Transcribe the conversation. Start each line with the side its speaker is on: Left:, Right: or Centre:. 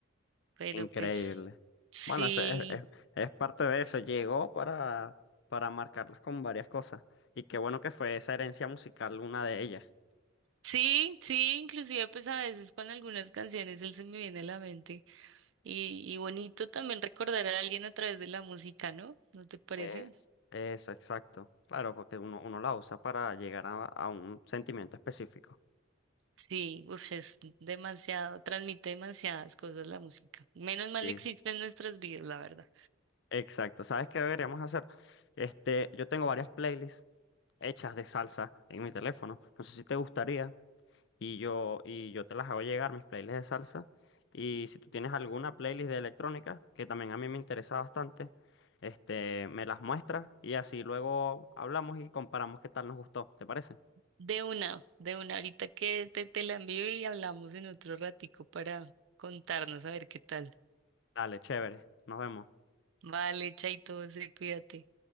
Right: pero
Left: Increíble.
Right: pues sí.
Left: Bueno, es, es, es- es parte de eso. Llegó para, para marcarlas con varias cosas. Y qué bueno que fue esa herencia musical una de ellas.
Right: Sí, sí, inclusive pues a veces con algunas canciones él se me viene a la mente. Y, y bonito también recordar a alguien a través de la música, ¿no? ¿No te parece?
Left: Es, eso, exacto. Claro, porque uno, uno la usa para llegar a, a un sentimiento específico.
Right: Sí, uf, es demasiado, transmite demasiadas cosas la música. Menos
Left: Sí,
Right: mal existe en nuestras vidas, la verdad.
Left: exacto. ¿Sabes qué deberíamos hacer? Este, yo tengo varias playlists hechas de salsa en mi teléfono. No sé si te gustaría. y yo, y yo te las hago llegar, mis playlists de salsa. Y si tú tienes alguna playlist de electrónica, que también a mí me interesa bastante, este, me las muestras y así luego hablamos y comparamos qué tal nos gustó. ¿Te parece?
Right: De una, de una, ahorita que te, te la envío y hablamos en otro ratico para contarnos a ver qué tal.
Left: Dale, chévere. Nos vemos.
Right: Vale, chaito, sí, cuídate.